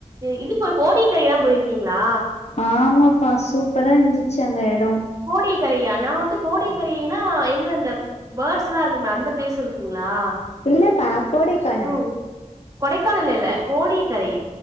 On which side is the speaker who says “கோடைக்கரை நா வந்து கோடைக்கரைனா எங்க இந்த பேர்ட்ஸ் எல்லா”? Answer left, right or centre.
Right